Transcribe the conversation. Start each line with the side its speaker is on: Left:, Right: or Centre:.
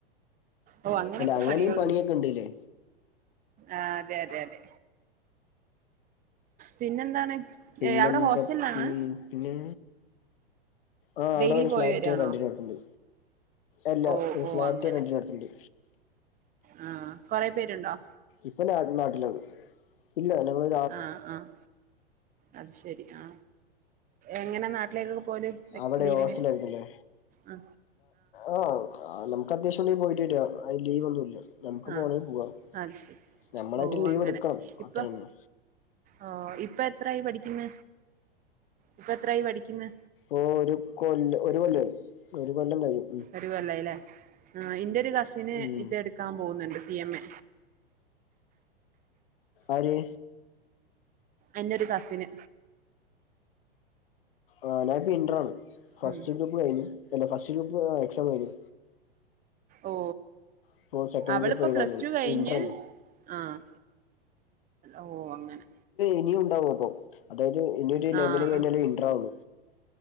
Right: ഓ അങ്ങനെയൊക്കെ
Left: അല്ല അങ്ങനെയും
Right: പണികളുണ്ട്
Left: പണിയൊക്കെ ഉണ്ട്ല്ലേ
Right: ആ അതെ അതെ അതെ പിന്നെന്താണ്
Left: പിന്നെന്താ
Right: ഏ, അവിടെ ഹോസ്റ്റലിലാണ്
Left: പിന്നെ ആ
Right: ഡെയിലി
Left: അവിടെ ഒരു
Right: പോയി
Left: ഫ്ളാറ്റ്
Right: വരാണോ
Left: രണ്ടന് അടുത്തുണ്ട് അല്ല
Right: ഓ
Left: ഒരു
Right: ഓ
Left: ഫ്ലാറ്റ്
Right: അങ്ങനെ
Left: റെന്റിന് അടുത്തുണ്ട്
Right: ആ കൊറെ പേരുണ്ടോ
Left: ഇപ്പൊ നാട്ടിലാണ് ഇല്ല ഞങ്ങള്
Right: ആ ആഹ് അത് ശരി ആ എങ്ങനെ നാട്ടിലേക്കൊക്കെ പോല് വെക്-
Left: അവിടെ
Right: ലീവിന്
Left: ഹോസ്റ്റല ആയിരിക്കല്ലേ
Right: ആ
Left: ആ നമുക്ക് അത്യാവശ്യംണ്ടിൽ പോയിട്ടട്ട ആ ലീവ് ഒന്നു ല്ല നമുക്ക്
Right: ആ
Left: പോകണമെങ്കി പോവാാം
Right: അത് ശരി
Left: ഞമ്മളായിട്ട്
Right: ഓ
Left: ലീവ്
Right: അങ്ങനെ
Left: എടുക്കണം
Right: ഇപ്പൊ
Left: അത്രന്ന
Right: ഓ ഇപ്പ എത്രായി പഠിക്കുന്ന ഇപ്പ എത്രായി പഠിക്കുന്നെ
Left: ഓ ഒരു കൊല്ല ഒരു കൊല്ല കഴും ഒരു കൊല്ലം കഴിയും
Right: ല്ലേ അല്ലേ ഇന്റെ ഒരു കസിന്
Left: ഉം
Right: ഇത് എടുക്കാൻ പോകുന്നുണ്ട് സി എം എ
Left: അര്
Right: അന്റെ ഒരു കസിന്
Left: ആ ഇന്ററാണ് പ്പി ഇന്റർ ആണ് ഫസ്റ്റ്
Right: ഉം
Left: ഗ്രൂപ്പ് കഴിഞ്ഞു അല്ല ഫസ്റ്റ് ഗ്രൂപ്പ് എക്സാം കഴിഞ്ഞു
Right: ഓ
Left: ഇപ്പോ സെക്കൻഡ്
Right: അവളിപ്പോ
Left: ഗ്രൂപ്പ് എഴുതാൻ
Right: പ്ലസ്
Left: പോണ്
Right: ടു കഴിഞ്ഞ്
Left: ഇന്ററല്ലേ
Right: ആഹ് ഓ അങ്ങനെ
Left: ഇനിയണ്ടാവും അപ്പ അതായത് ഇനിരു
Right: ആഹ്
Left: ലെവൽ കഴിഞ്ഞ
Right: ആഹ്
Left: ഒരു ഇന്റർുന്നു